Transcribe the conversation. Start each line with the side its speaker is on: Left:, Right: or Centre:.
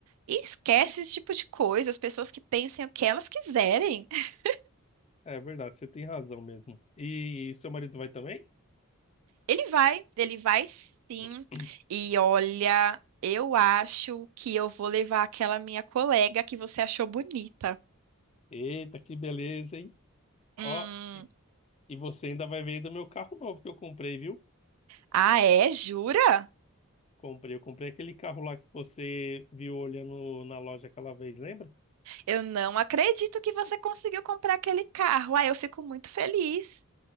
Right: E esquece esse tipo de coisa, as pessoas que pensem o que elas quiserem. <laughs>
Left: É verdade, você tem razão mesmo. E seu marido vai também?
Right: Ele vai, ele vai sim.
Left: <clears throat>
Right: E olha, eu acho que eu vou levar aquela minha colega que você achou bonita.
Left: Eita, que beleza, hein?
Right: Hum,
Left: Ó, e e você ainda vai ver do meu carro novo que eu comprei, viu?
Right: ah, é? Jura?
Left: Comprei, eu comprei aquele carro lá que você viu olhando na loja aquela vez, lembra?
Right: Eu não acredito que você conseguiu comprar aquele carro. Ah, eu fico muito feliz.